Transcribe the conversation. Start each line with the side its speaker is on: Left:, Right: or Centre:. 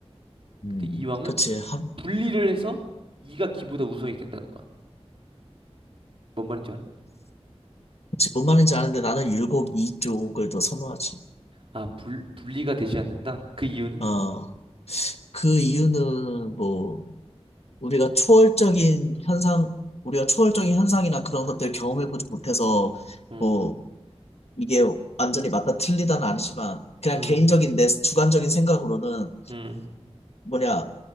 Left: 음.
Right: 근데 이왕은
Left: 그치. 한,
Right: 분리를 해서 이가 기보다 우선이 된다는 거야. 뭔 말인지 알아?
Left: 그치. 뭔 말인지 아는데 나는 율곡 이쪽을 더 선호하지.
Right: 아, 불, 분리가 되지 않는다? 그 이유는?
Left: 어, 그 이유는 뭐. 우리가 초월적인 현상, 우리가 초월적인 현상이나 그런 것들을 경험해보지 못해서,
Right: 음,
Left: 뭐, 이게 완전히 맞다 틀리다는 아니지만, 그냥
Right: 음.
Left: 개인적인 내 주관적인 생각으로는,
Right: 음.
Left: 뭐냐,